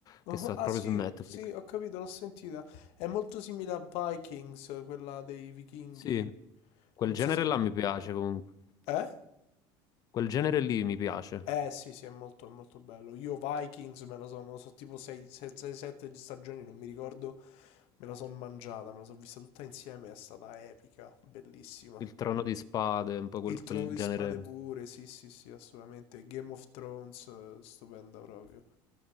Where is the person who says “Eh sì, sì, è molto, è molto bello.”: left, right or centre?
Left